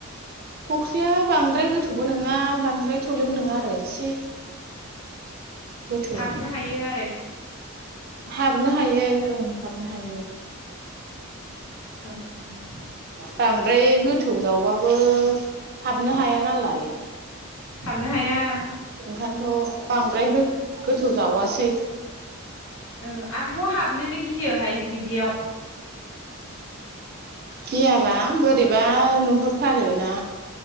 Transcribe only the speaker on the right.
फुख्रिया बांद्राय गोथौबो नङा बांद्राय थौलेबो नङा आरो इसे गोथौ
हाबनो हायो ओं हाबनो हायो।
बांद्राय गोथौ जावबाबो हाबनो हाया नालाय
ओंखायनोथ' बांद्राय गोथौ जावासै
गियाबा बोरैबा नुहरथारोना